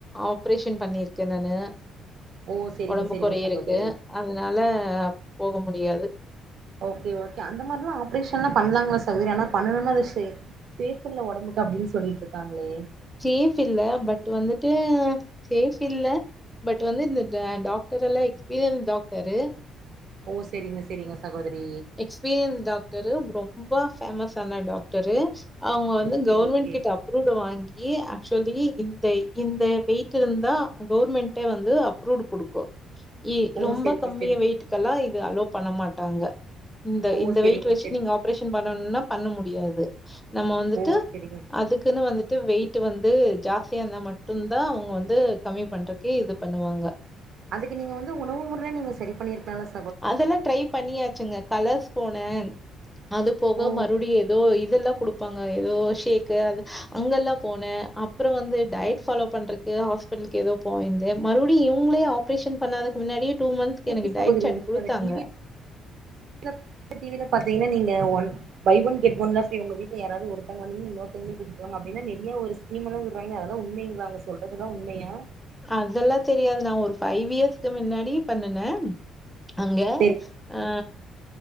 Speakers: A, in the centre; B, on the right (about 60°).
A: ஆப்ரேஷன் பண்ணியிருக்கேன் நானு
B: ஓ சேரிங்க
A: உடம்பு
B: சேரிங்க
A: குறை
B: சகோதரி
A: இருக்கு அதனால போக முடியாது
B: ஓகே ஓகே அந்த மாரிலா ஆப்ரேஷன்லா பண்ணலாங்க சகோதரி ஆனா பண்ணணுனா இது செ சேஃப் இல்ல உடம்புக்கு அப்படின்னு சொல்லிட்டுருக்காங்களே
A: சேஃப் இல்ல பட் வந்துட்டு சேஃப் இல்ல பட் வந்து இந்த டாக்டர் எல்லா எக்ஸ்பீரியன்ஸ் டாக்டரு
B: ஓ செரிங்க செரிங்க சகோதரி
A: எக்ஸ்பீரின்தா டரு ரொம்ப ஃபேமஸ் ஆன டாக்டரு அவுங்க வந்து
B: ஓகே
A: கவர்மெண்ட்
B: ஓகே
A: கிட்ட அப்ரூவ்ட் வாங்கி லி ஆக்சுவலி இந்த இந்த வெயிட் இருந்தா கவர்மெண்டே வந்து அப்ரூவ்ட் குடுக்கு இ
B: ஓ
A: ரொம்ப
B: செரிங்க
A: கம்மிய
B: செரிங்க
A: வெயிட்டுக்கெல்லா இது அலோ பண்ண மாட்டாங்க இந்த
B: ஓ
A: இந்த
B: செரிங்க
A: வெயிட் வெச்சுட்
B: செரி
A: நீங்க ஆப்ரேஷன் பண்ணும்னா பண்ண முடியாது நம்ம வந்துட்டு
B: ஓ செரிங்க
A: அதுக்குன்னு வந்துட்டு வெயிட் டு வந்து ஜாஸ்தியா இருந்தா மட்டுந்தா அவங்க வந்து கம்மி பண்றக்கு இது பண்ணுவாங்க
B: அதுக்கு நீங்க வந்து உணவு முறையில நீங்க சரி பண்ணிருக்கலால ஸ்
A: அதெல்லா ட்ரை பண்ணியாச்சுங்க கலர்ஸ் போனே அது போக
B: ஓ
A: மறுபடி ஏதோ இதெல்லா குடுப்பாங்க ஏதோ ஷேக்கு அது அங்கெல்லா போனே அப் அப்றோ வந்து டயட் ஃபாலோ பண்றக்கு ஹாஸ்பிட்டலுக் ஏதோ போயிருந்தே மறுபடி இவங்ளே ஆப்ரேஷன் பண்ணதுக்கு முன்னாடியே மந்த்ஸ்க்கு
B: எப்டி
A: எனக்கு
B: சகோதரி
A: டயட் சார்ட்
B: <inaudible>
A: குடுத்தாங்க.
B: டி வி ல டி வியில பாத்தீங்கன்னா நீங்க ஒன் பை ஒன் கெட் ஒன்னா செரி உங்க வீட்ல யாராவது ஒருத்தங்க வந்தீங்கன்னா இன்னொருத்தவங்களயு கூட்டிட்டு வாங்க அப்டின்னா நெறைய ஒரு நீங்களு <unintelligible> அதெல்லா உண்மைங்ளா அவுங்க சொல்றதெல்லா உண்மையா
A: அதெல்லா தெரியாது நா ஒரு ஃபைவ் இயர்ஸ்கு மின்னாடி பண்ணுனே அங்க
B: செரி
A: அ